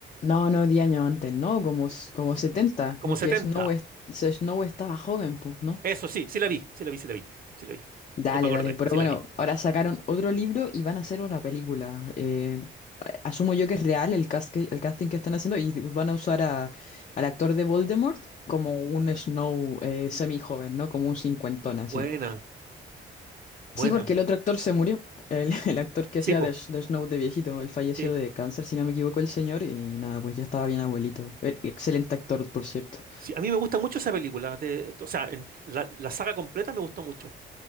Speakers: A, on the left; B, on the right.
A: No, no, 10 años antes, no, como, s- como 70
B: Como
A: porque
B: 70.
A: Snow, es- se- Snow estaba joven, pues, ¿no?
B: Eso sí, sí la vi, sí la vi, sí la vi, sí la vi.
A: Dale,
B: Ya me acordé,
A: dale. Pero
B: sí
A: bueno,
B: la vi.
A: ahora sacaron otro libro y van a hacer una película. Eh, a- asumo yo que es real el, cast que- el casting que están haciendo y van a usar a- al actor de Voldemort como un Snow eh, semi-joven, ¿no? Como un cincuentón así.
B: Buena, buena.
A: Sí, porque el otro actor se murió. El, <laughs> el actor que
B: Sí,
A: hacía
B: po,
A: de, S- de Snow de viejito. Él falleció
B: sí.
A: de cáncer, si no me equivoco, el señor. Y nada, pues ya estaba bien abuelito. E- Excelente actor, por cierto.
B: Sí, a mí me gusta mucho esa película, de, o sea, en- la, la saga completa me gustó mucho.